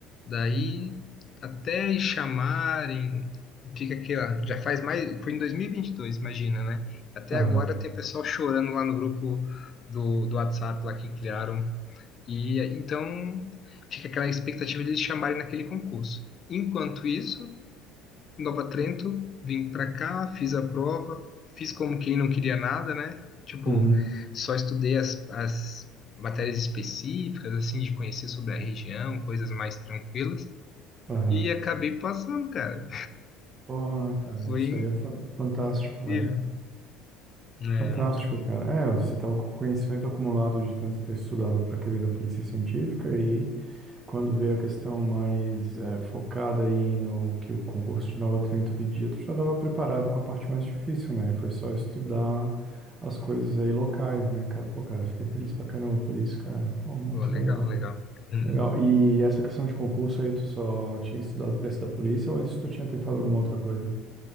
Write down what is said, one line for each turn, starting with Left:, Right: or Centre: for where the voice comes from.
Left: Daí, até chamarem, fica aquela. Já faz mais. Foi em dois mil e e vinte e dois imagina, né? Até
Right: aham,
Left: agora tem pessoal chorando lá no grupo do, do WhatsApp lá que criaram. E então, fica aquela expectativa de eles chamarem naquele concurso. Enquanto isso, Nova Trento, vim pra cá, fiz a prova, fiz como quem não queria nada, né? Tipo,
Right: uhum,
Left: só estudei as, as matérias específicas, assim, de conhecer sobre a região, coisas mais tranquilas,
Right: aham.
Left: e acabei passando, cara.
Right: Porra, cara,
Left: Foi
Right: isso aí é fan- fantástico,
Left: incrível.
Right: velho.
Left: É,
Right: Fantástico,
Left: muito bom.
Right: cara. É, você tava com conhecimento acumulado de tanto ter estudado para aquele da polícia científica e quando veio a questão mais é, focada aí no que o concurso de Nova Trento pedia, tu já estava preparado com a parte mais difícil, né? Foi só estudar as coisas aí locais, né, cara? Pô, cara, fiquei feliz pra caramba por isso, cara. Pô, muito
Left: Pô, legal,
Right: legal.
Left: legal. Uhum.
Right: Legal. E essa questão de concurso aí, tu só tinha estudado para esse da polícia ou antes tu tinha tentado alguma outra coisa?